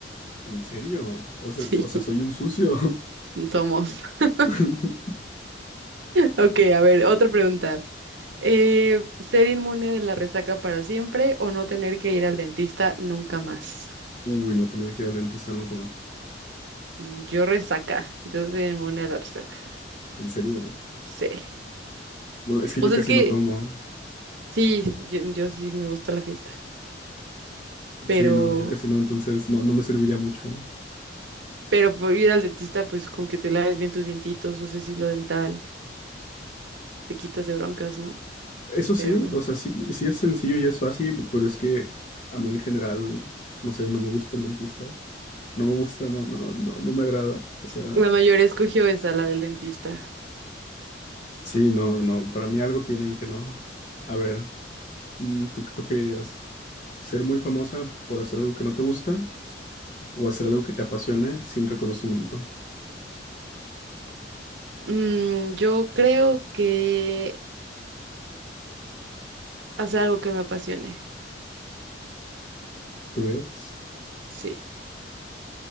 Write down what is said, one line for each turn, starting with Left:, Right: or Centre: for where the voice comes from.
Left: ¿En serio? O sea,
Right: <laughs>
Left: o
Right: Sí.
Left: sea, soy un sucio.
Right: Somos. <laughs>
Left: <laughs>
Right: Ok, a ver, otra pregunta. Eh, ¿ser inmune de la resaca para siempre o no tener que ir al dentista nunca más?
Left: Uy, no tener que ir al dentista nunca más.
Right: Mm, Yo resaca, yo soy inmune a la resaca.
Left: En serio. ¿no?
Right: Sí.
Left: Bueno, es que
Right: O
Left: yo
Right: sea,
Left: casi
Right: es que
Left: no tomo.
Right: sí, yo, yo sí me gusta la fiesta, pero,
Left: Sí, no, yo casi no, entonces no, no me serviría mucho.
Right: pero por ir al dentista, pues con que te laves bien tus dientitos, uses hilo dental, te quitas de broncas, ¿no?
Left: Eso sí,
Right: Pero
Left: o sea, sí, sí es sencillo y es fácil, pero es que a mí en general, no sé, no me gusta el dentista. No me gusta, no, no, no, no me agrada. O sea,
Right: la mayoría escogió esa, la del dentista.
Left: sí, no, no, para mí algo tienen que no. A ver, mm, ¿tú qué preferirías? ¿Ser muy famosa por hacer algo que no te gusta o hacer algo que te apasione sin reconocimiento?
Right: Mm, yo creo que hacer algo que me apasione.
Left: ¿Tú ves?
Right: Sí.